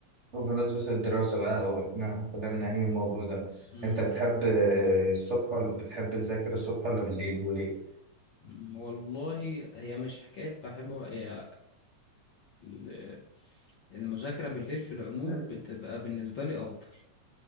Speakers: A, on the right (about 30°); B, on the left (about 65°).
A: بمناسبة الدراسة بقى او احنا كنا بنعاني من الموضوع ده
B: مم.
A: انت بتحب الصبح ولا بتحب تذاكر الصبح ولا بالليل وليه؟
B: مم، والله هي مش حكاية بحب هي ال- المذاكرة بالليل في العموم
A: مم.
B: بتبقى بالنسبة لي أفضل